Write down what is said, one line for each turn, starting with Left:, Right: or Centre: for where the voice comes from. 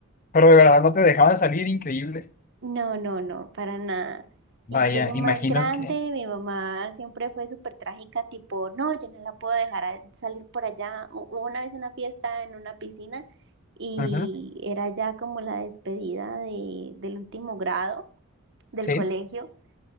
Left: Pero de verdad no te dejaban salir, increíble.
Right: No, no, no, para nada.
Left: Vaya,
Right: Incluso más
Left: imagino
Right: grande,
Left: que...
Right: mi mamá siempre fue súper trágica, tipo, no, yo no la puedo dejar a- salir por allá. Hu- Hubo una vez una fiesta en una piscina y
Left: Ajá,
Right: era ya como la despedida de, del último grado del
Left: sí,
Right: colegio